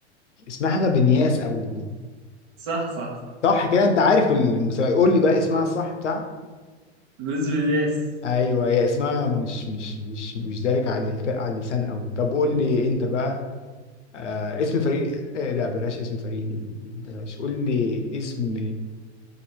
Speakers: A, on the left; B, on the right.
A: اسمها حاجة بنياس أو
B: صح صح صح
A: صح كده أنت عارف المسمى قول لي بقى اسمها الصح بتاع
B: لويس فياس
A: أيوه هي اسمها مش مش مش مش دارك على الف- على اللسان أوي طب قول لي أنت بقى آه اسم فريق آه لا بلاش اسم فريق دي، بلاش قول لي اسم